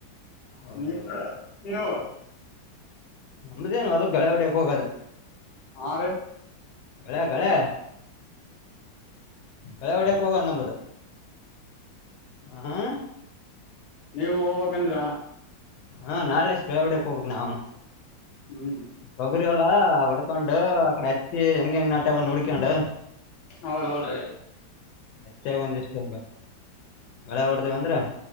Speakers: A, on the left; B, on the left.
A: ಹೌದೌದು
B: ನೀ ನೀವು
A: ನಮದೇನು ಒಲ್ಲ ಳೆ ಹೊಡಿಯಕ್ ಹೋಗದ
B: ಆರು
A: ಗಳೆ ಗಳೆ ಕಳವಡಕ್ಕೆ ಹೋಗ ನಮ್ಮದ, ಆಾ
B: ನೀವು ಹೋಗ್ಕ್ಂದ್ರ,
A: ಹಾ ನಾಳೆ ಸಿಳಾವಡೆ ಕಪಕ್ಕೆ ನವುನು
B: ಹ್ಮ್
A: ಕೊಗರಿಲ್ಲ ಒಡಕೊಂಡು ಅಕಡೆ ಹಚ್ಚಿ, ಹಂಗಗೆಂಗ ನ ಆಟೆ ಒ ನೋಡಿಕೊಂಡೆ,
B: ಹೌದ ಹೌದ್ರೀ,
A: ಅಚ್ಚಾಗ ಒಂದಿಷ್ಟು ಹಂಗ ಬೆಳೆ ಹೊಡ್ದೇವ ಅಂದ್ರೆ.